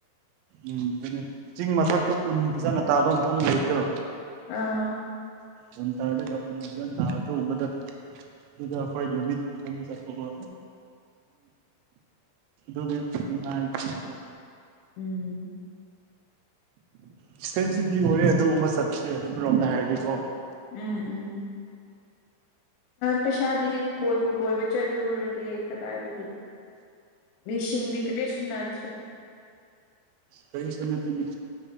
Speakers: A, on the right; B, on the left.
A: ꯎꯝ ꯑꯗꯨꯅꯦ ꯆꯤꯡ ꯃꯊꯛꯇ ꯎꯟ ꯐꯖꯅ ꯇꯥꯕ ꯃꯐꯝ ꯂꯩꯕꯗꯣ
B: ꯑꯥ
A: ꯑꯣꯟ ꯇꯔꯗꯗ ꯑꯣꯗ ꯍꯠꯇ ꯑꯗꯨꯗꯈꯣꯏ ꯂꯝꯃꯤ ꯍꯣꯨꯝ ꯆꯠꯄꯕ ꯑꯗꯨ ꯅꯨꯡꯉꯥꯏꯣ
B: ꯎꯝ
A: ꯑꯦꯛꯄꯦꯟꯁꯤꯚꯇꯤ ꯑꯣꯏꯔꯦ ꯑꯗꯨꯒꯨꯝꯕ ꯆꯠꯁꯦ ꯑꯃꯔꯣꯝꯗ ꯍꯥꯏꯔꯗꯤꯀꯣ
B: ꯎꯝ ꯎꯝ ꯄꯩꯁꯥꯗꯤ ꯀꯣꯏꯕ ꯀꯣꯏꯕ ꯆꯠꯂꯨꯔꯗꯤꯦ ꯀꯗꯥꯏꯗꯒꯤ ꯁꯤꯡꯤꯡꯗꯤ ꯀꯔꯤꯁꯨꯅꯆ꯭ꯔꯦ
A: ꯀꯩ ꯁꯅꯠꯇꯅꯤ